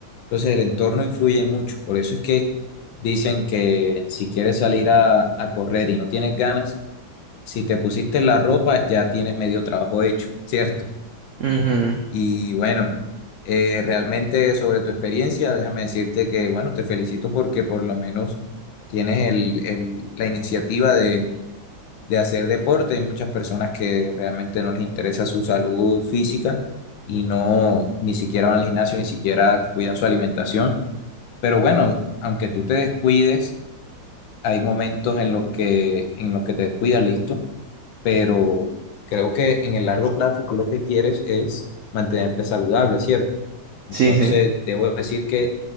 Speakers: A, on the left; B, on the right.
A: Entonces el entorno influye mucho. Por eso es que dicen que si quieres salir a, a correr y no tienes ganas, si te pusiste la ropa ya tienes medio trabajo hecho, ¿cierto?
B: Ujú,
A: Y bueno, eh, realmente sobre tu experiencia, déjame decirte que, bueno, te felicito porque por lo menos tienes el, el- la iniciativa de, de hacer deporte. Hay muchas personas que realmente no les interesa su salud física y no, ni siquiera van al gimnasio, ni siquiera cuidan su alimentación. Pero bueno, aunque tú te descuides, hay momentos en los que, en los que te descuidas, listo. Pero creo que en el largo plazo tú lo que quieres es mantenerte saludable, ¿cierto? Entonces,
B: Sí, sí.
A: debo decir que